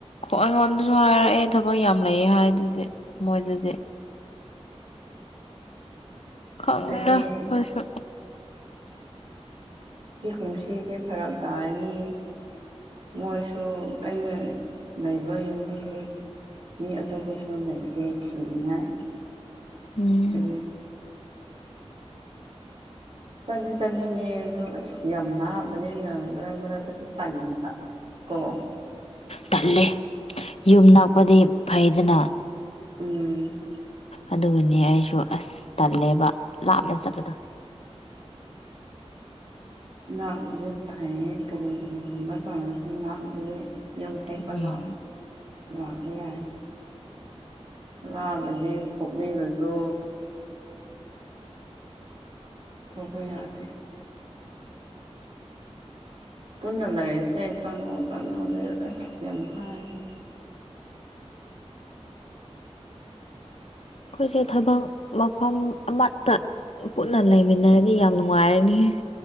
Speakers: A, on the left (about 70°); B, on the right (about 60°).
A: ꯑꯩꯉꯣꯟꯗꯁꯨ ꯍꯥꯏꯔꯛꯑꯦ ꯊꯕꯛ ꯌꯥꯝ ꯂꯩꯌꯦ ꯍꯥꯏꯗꯨꯗꯤ ꯃꯣꯏꯗꯗꯤ ꯈꯪꯗ‌ꯦꯗ
B: ꯑꯩꯗꯤ
A: ꯈ‌ꯣꯏꯁꯨ
B: ꯁꯤ ꯀꯨꯝꯁꯤꯗꯤ ꯐꯔꯛ ꯇꯥꯔꯅꯤ ꯃꯣꯏꯁꯨ ꯑꯩꯅ ꯂꯩꯕ ꯌꯨꯝꯕꯨꯗ‌ꯣ ꯃꯤ ꯑꯇꯣꯞꯄꯁꯨ ꯂꯩꯇꯦ ꯊꯤꯅꯤꯡꯉꯥꯏ
A: ꯎꯝ
B: ꯑꯗꯨ ꯆꯠꯅꯤ ꯆꯥꯅꯤꯡꯉꯦ ꯑꯗꯨ ꯑꯁ ꯌꯥꯝ ꯅꯥꯕꯅꯤꯅ ꯃꯔꯛ ꯃꯔꯛꯇꯗꯤ ꯇꯟꯕ ꯀ‌ꯣ
A: ꯇꯜꯂ‌ꯦ ꯌꯨꯝ ꯅꯥꯛꯄꯗꯤ ꯐꯩꯗꯅ
B: ꯎꯝ
A: ꯑꯗꯨꯅ‌ꯦ ꯑꯩꯁꯨ ꯑꯁ ꯇꯜꯂꯦꯕ ꯂꯥꯞꯅ ꯆꯠꯄꯗꯣ
B: ꯅꯥꯛꯄꯁꯨ ꯐꯩꯌꯦ ꯀꯔꯤ ꯀꯔꯤꯒꯨꯝꯕ ꯇꯧꯔꯁꯨ ꯅꯥꯛꯄꯁ‌ꯦ ꯌꯨꯝ ꯍꯦꯛꯄ
A: ꯎꯝ
B: ꯂꯥꯛ ꯂꯥꯛꯄ ꯌꯥꯏ ꯂꯥꯕꯗꯤ ꯊꯣꯛꯅꯤꯡꯔꯁꯨ ꯊ‌ꯣꯛꯄ ꯌꯥꯗꯦ ꯄꯨꯟꯅ ꯂꯩꯥꯔꯁꯦ ꯆꯪꯉ‌ꯣ ꯆꯥꯉ‌ꯣ ꯂ‌ꯩꯔ‌ꯣ ꯑꯁ ꯌꯥꯝ ꯍꯥꯏꯌ‌ꯦ
A: ꯑꯩꯈꯣꯏꯁꯦ ꯊꯕꯛ ꯃꯐꯝ ꯑꯃꯠꯇ ꯄꯨꯟꯅ ꯂꯩꯃꯤꯟꯅꯔꯗꯤ ꯌꯥꯝ ꯅꯨꯡꯉꯥꯏꯔꯅꯤꯍ‌ꯦ